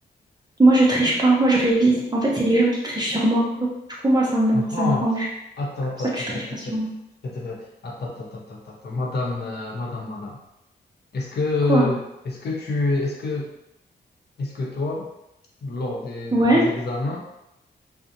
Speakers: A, on the right (about 20°); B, on the left (about 60°).
A: Moi, je triche pas, moi, je révise. En fait, c'est les gens qui trichent sur moi. Donc, du coup, moi, ça me,
B: Ah,
A: ça
B: ah.
A: m'arrange.
B: attends,
A: Ça,
B: attends,
A: tu
B: attends,
A: triches pas
B: attends,
A: sur moi.
B: attends, attends, attends, attends, attends, attends, attends, attends, attends, attends, attends, attends, madame, euh, madame, madame. Est-ce que,
A: Quoi?
B: est-ce que tu, est-ce que Est-ce que toi, lors des,
A: Ouais?
B: des examens,